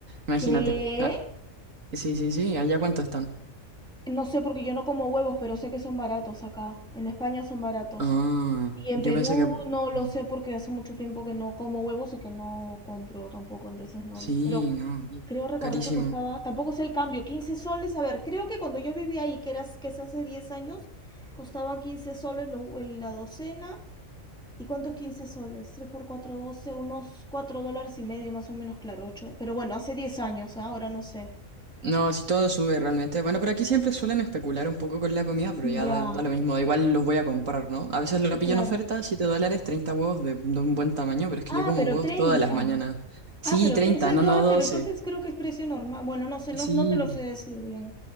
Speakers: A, on the right; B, in the centre.
A: Imagínate.
B: ¿Qué?
A: Ah, sí, sí, sí. ¿Allá cuánto están?
B: No sé porque yo no como huevos, pero sé que son baratos acá. En España son baratos.
A: Ah,
B: Y en
A: yo
B: Perú
A: pensé que...
B: no lo
A: que no.
B: sé porque hace mucho tiempo que no como huevos y que no compro tampoco, entonces no.
A: Sí,
B: Pero
A: no. y-
B: creo recordar
A: Carísimo.
B: que costaba, tampoco sé el cambio, 15 soles. A ver, creo que cuando yo vivía ahí, que eras, que es hace 10 años, costaba 15 soles lo- el- la docena. ¿Y cuánto es 15 soles? tres por 4 12 unos 4 dólares y medio más o menos, claro, 8. Pero bueno, hace diez años, ¿ah? ahora no sé.
A: No, si todo sube realmente. Bueno, pero aquí siempre suelen especular un poco con la comida, pero ya
B: Ya,
A: da, da lo mismo. da Igual los voy a comprar, ¿no? A veces lo pillo
B: claro.
A: en oferta, 7 dólares, 30 huevos de, de un buen tamaño, pero es que
B: Ah,
A: yo como
B: pero
A: huevos
B: treinta
A: todas las mañanas.
B: Ah,
A: Sí,
B: pero
A: 30
B: te- es el
A: no,
B: do-
A: no
B: ah,
A: doce
B: pero entonces creo que es precio normal. Bueno, no sé, no,
A: Sí.
B: no te lo sé decir bien.